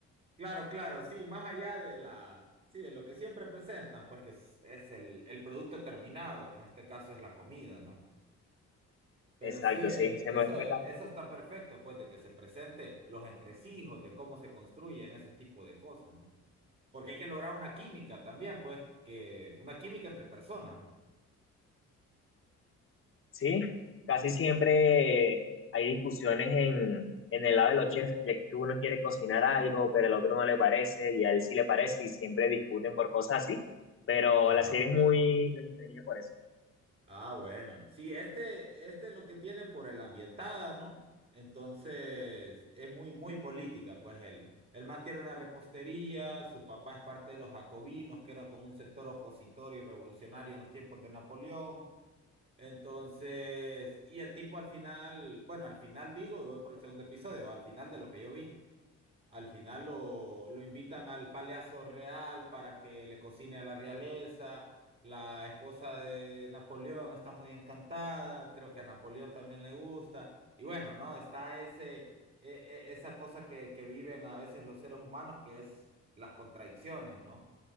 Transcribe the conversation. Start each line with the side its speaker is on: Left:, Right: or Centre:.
Right: Claro, claro, sí, más allá de la, sí, de lo que siempre presentan, pues que es, es el, el producto terminado, que en este caso es la comida, ¿no? Pero
Left: Exacto,
Right: sí, eh,
Left: sí, se muestra
Right: eso, eh,
Left: casi
Right: eso está perfecto, pues, de que se presente los entresijos, de cómo se construyen ese tipo de cosas, ¿no? Porque hay que lograr una química también, pues, que, una química entre personas, ¿no?
Left: Sí, casi siempre hay discusiones en, en el lado de los chefs, de que uno quiere cocinar algo, pero el otro no le parece, y a él sí le parece, y siempre discuten por cosas así. Pero
Right: Ajá.
Left: la serie es muy entretenida por eso.
Right: Ah, bueno. Sí, este, este lo que tiene por el ambientada, ¿no? Entonces, es muy, muy política, pues él. Él mantiene una repostería, su papá es parte de los jacobinos, que era como un sector opositor y revolucionario en los tiempos de Napoleón. Entonces, y el tipo al final, bueno, al final digo, y voy por el segundo episodio, al final de lo que yo vi. Al final lo, lo invitan al Palacio Real para que le cocine a la realeza. La esposa de Napoleón está muy encantada, creo que a Napoleón también le gusta. Y bueno, ¿no? Está ese, e- e- esa cosa que, que viven a veces los seres humanos, que es las contradicciones, ¿no?